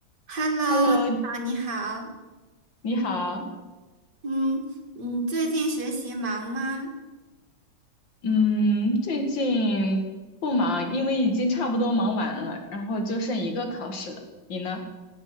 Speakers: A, on the right; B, on the left.
A: Hello，
B: Hello，
A: 你好，你好，
B: 你好。
A: 嗯，你最近学习忙吗？
B: 嗯，最近不忙，因为已经差不多忙完了，然后就剩一个考试了。你呢？